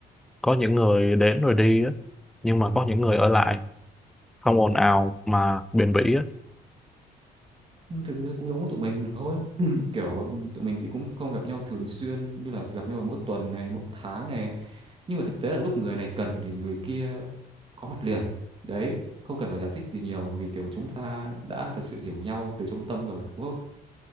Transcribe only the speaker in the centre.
có những người đến rồi đi á nhưng mà có những người ở lại không ồn ào mà bền bỉ á